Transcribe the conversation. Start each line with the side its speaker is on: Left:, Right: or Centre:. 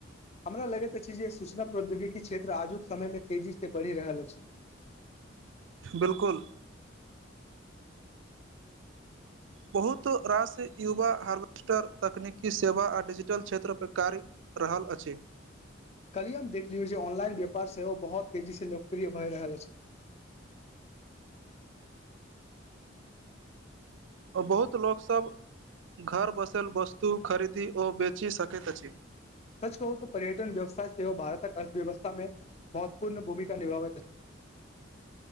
Left: हमरा लगैत अछि जे सूचना प्रौद्योगिकी क्षेत्र आजुक समय मे तेजी से बढ़ि रहल अछि
Right: बिलकुल बहुत रास युवा हार्वेस्टर तकनीकी सेवा आ डिजिटल क्षेत्र पे कार्य रहल अछि
Left: कलि हम देखलियौ जे ऑनलाइन्यापार सेहो बहुत तेजी से लोकप्रिय भए रहल अछि
Right: बहुत लोकसब घर बसाएल वस्तु खरीदी ओ बेचि सकैत अछि
Left: सच कहूऽ पर्यटन व्यवसाय सेहो भारतक अर्थव्यवस्था में महत्वपूर्ण भूमिका निभाबैत ह अछि